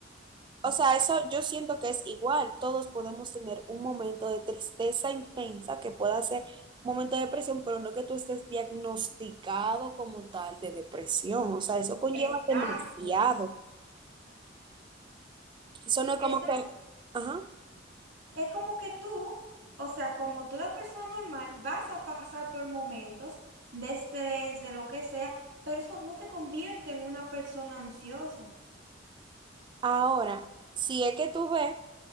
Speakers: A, on the right (about 25°); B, on the right (about 65°).
A: O sea, eso yo siento que es igual. Todos podemos tener un momento de tristeza intensa que pueda ser un momento de depresión, pero no que tú estés diagnosticado como tal de depresión. O sea, eso conlleva
B: exacto,
A: demasiado. Eso no es
B: exacto.
A: como que, ajá.
B: Es como que tú, o sea, como toda persona normal, vas a pasar por momentos de estrés, de lo que sea, pero eso no te convierte en una persona ansiosa
A: Ahora, si es que tú ves